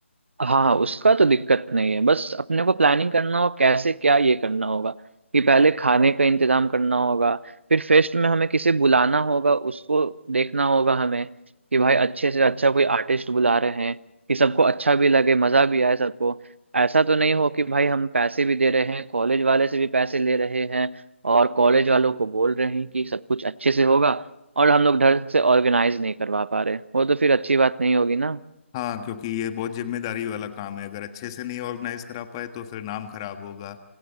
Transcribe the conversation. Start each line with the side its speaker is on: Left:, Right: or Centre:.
Right: हाँ हाँ उसका तो दिक्कत नहीं है बस अपने को प्लानिंग करना हो कैसे क्या ये करना होगा कि पहले खाने का इंतजाम करना होगा फिर फेस्ट में हमें किसे बुलाना होगा उसको देखना होगा हमें कि भाई अच्छे से अच्छा कोई आर्टिस्ट बुला रहे हैं कि सबको अच्छा भी लगे मजा भी आए सबको ऐसा तो नहीं हो कि भाई हम पैसे भी दे रहे हैं कॉलेज वाले से भी पैसे ले रहे हैं और कॉलेज वालों को बोल रहे हैं कि सब कुछ अच्छे से होगा और हम लोग ढंग से ऑर्गेनाइज नहीं करवा पा रहे वो तो फिर अच्छी बात नहीं होगी ना
Left: हाँ क्योंकि ये बहुत जिम्मेदारी वाला काम है अगर अच्छे से नहीं ऑर्गेनाइज करा पाए तो फिर नाम खराब होगा